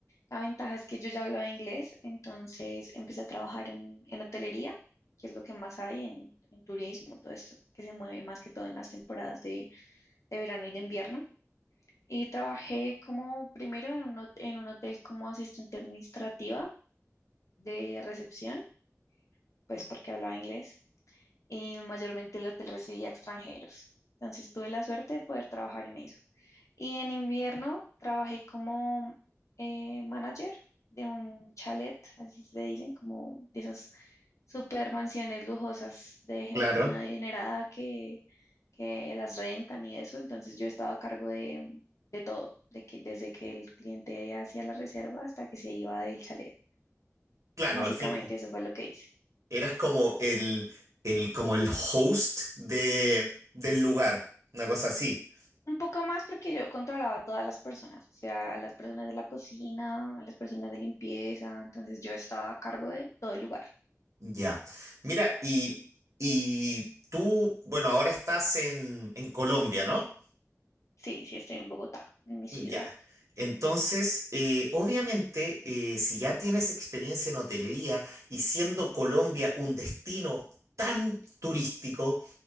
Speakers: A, on the left; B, on the right.
A: La ventaja es que yo ya hablaba inglés, entonces empecé a trabajar en, en hotelería, que es lo que más hay en, en turismo, todo esto, que se mueve más que todo en las temporadas de, de verano y de invierno. Y trabajé como primero en un, hot- en un hotel como asistente administrativa de recepción, pues porque hablaba inglés y mayormente el hotel recibía extranjeros. Entonces tuve la suerte de poder trabajar en eso. Y en invierno trabajé como eh, manager de un chalet, así se dicen, como de esas super mansiones lujosas de gente
B: Claro.
A: muy adinerada que, que las rentan y eso. Entonces yo estaba a cargo de, de todo, de que, desde que el cliente hacía la reserva hasta que se iba del chalet.
B: Claro,
A: Básicamente
B: al fin
A: eso fue lo que hice.
B: eras como el, el, como el host de, del lugar, una cosa así.
A: Un poco más porque yo controlaba a todas las personas, o sea, las personas de la cocina, las personas de limpieza, entonces yo estaba a cargo de todo el lugar.
B: Ya. Mira, y, y tú, bueno, ahora estás en, en Colombia, ¿no?
A: Sí, sí, estoy en Bogotá, en mi ciudad.
B: Ya. Entonces, eh, obviamente, eh, si ya tienes experiencia en hotelería y siendo Colombia un destino tan turístico,